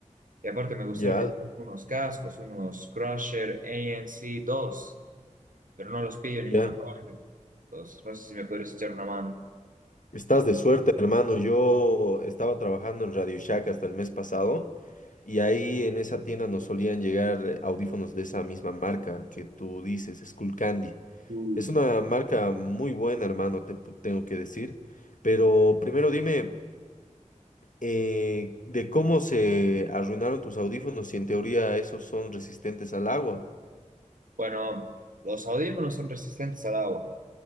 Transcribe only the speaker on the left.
ya,
ya.
Estás de suerte, hermano. Yo estaba trabajando en Radio Shack hasta el mes pasado y ahí en esa tienda nos solían llegar audífonos de esa misma marca que tú dices, Candy
Es una marca muy buena, hermano, te pu- tengo que decir. Pero primero dime. eh, de cómo se arruinaron tus audífonos si en teoría esos son resistentes al agua.